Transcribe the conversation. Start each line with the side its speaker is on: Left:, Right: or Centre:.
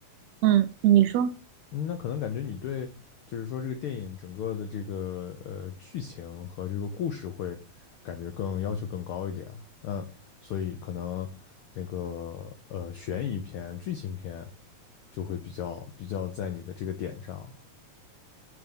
Right: 嗯，你说
Left: 嗯，那可能感觉你对，就是说这个电影整个的这个呃剧情和这个故事会感觉更要求更高一点啊，嗯，所以可能那个呃悬疑片、剧情片就会比较比较在你的这个点上，